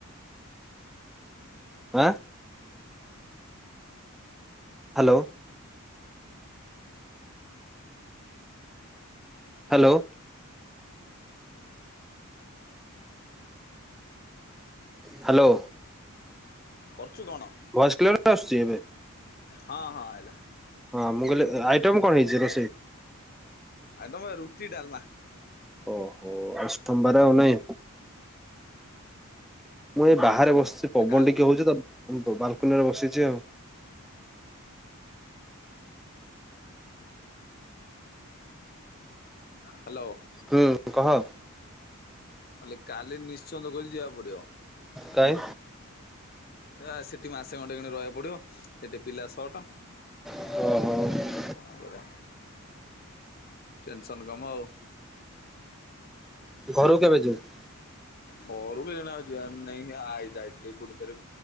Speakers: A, in the centre; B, on the left (about 40°).
A: ଆଁ। ହ୍ୟାଲୋ। ହ୍ୟାଲୋ। ହ୍ୟାଲୋ।
B: କରୁଛୁ କଣ?
A: ଭଏସ୍ କ୍ଲିଅର ଆସୁଛି ଏବ଼େ?
B: ହଁ ହଁ ଆଇଲା।
A: ହଁ ମୁଁ କହିଲି ଆଇଟମ୍ କଣ ହେଇଛି ରୋଷେଇ?
B: ଆଟମ ଆ ରୁଟି ଡାଲମା
A: ଓହୋ ସ୍ତୋବାର ଆଉ ନାହିଁ। ମୁଁ ଏ ବାହାରେ ବସିଛି ପବନ
B: କାଲି
A: ଟିକେ ହଉଛି ତ ବାଲକୁନି ରେ ବସିଛି ଆଉ।
B: ହ୍ୟାଲୋ।
A: ହୁଁ କହ।
B: ନଲେ କାଲି ନିଶ୍ଚନ୍ଦ କହିଚି ଯିବାକୁ ପଡିବ।
A: କହିଁ?
B: ଅ ସେଠି ମାସେ ଖଣ୍ଡେ କିନା ରହିବାକୁ ପଡିବ ସେଠି ପିଲା ସଟ୍।
A: ଓହୋ।
B: କଣ କରିବା ଟେନସନ କାମ ଆଉ।
A: ଘରୁ କେବେ ଯିବୁ?
B: ଘରକୁ ଏଇନା ଯିବାର ନାଇ ଆଇ ଯାଥିଲଥିଲେ କତରେ